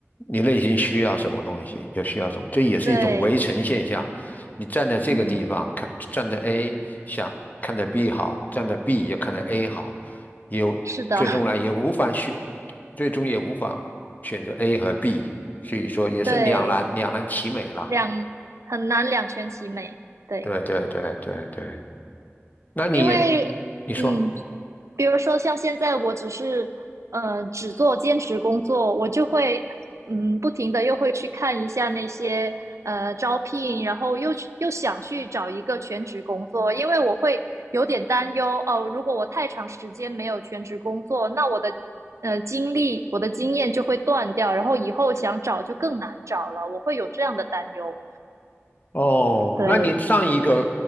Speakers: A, on the left (about 35°); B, on the right (about 80°).
A: 你内心需要什么东西，就需要什么，这也是一种围城现象。
B: 对，
A: 你站在这个地方看，
B: 嗯，
A: 站在 A 想看着 B 好，站在 B 又看着 A 好，有最终呢也无法选，
B: 是的，
A: 最终也无法选择 A 和 B，所以说也是两难两难其美了。
B: 对，两很难两全其美，对。
A: 对对对对对，那你
B: 因为
A: 你说。
B: 嗯，比如说像现在我只是呃只做兼职工作，我就会嗯不停的又会去看一下那些呃招聘，然后又又想去找一个全职工作，因为我会有点担忧哦，如果我太长时间没有全职工作，那我的呃经历我的经验就会断掉，然后以后想找就更难找了，我会有这样的担忧。
A: 哦，
B: 对，
A: 那你上一个